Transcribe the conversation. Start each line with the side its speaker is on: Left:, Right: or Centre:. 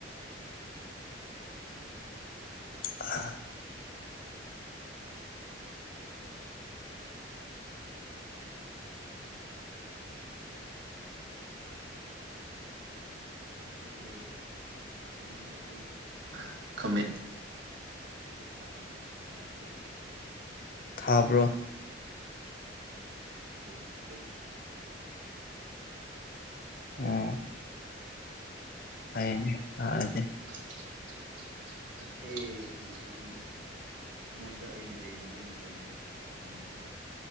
Left: ꯑ
Right: ꯒꯤ ꯌꯨꯝꯗꯗꯤ ꯈꯨꯝꯃꯦ ꯊꯥꯗꯣ ꯅꯞꯄꯦ
Left: ꯊꯥꯕ꯭ꯔꯣ
Right: ꯀ
Left: ꯑꯣ ꯍꯥꯏꯅꯦ ꯍꯗꯦ
Right: <unintelligible> ꯃꯇꯦ ꯃꯉꯥꯡ ꯅꯣꯏꯗ ꯑꯩ ꯂꯩꯔꯤꯉꯩ ꯃꯇꯝꯗ ꯊꯝꯕꯗꯣ